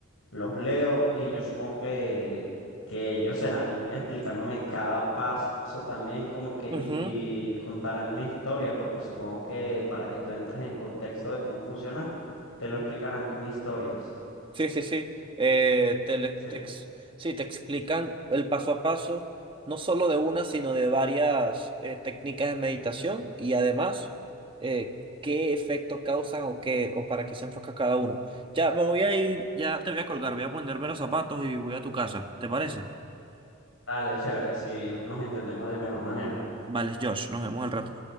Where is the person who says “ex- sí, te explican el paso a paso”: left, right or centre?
Right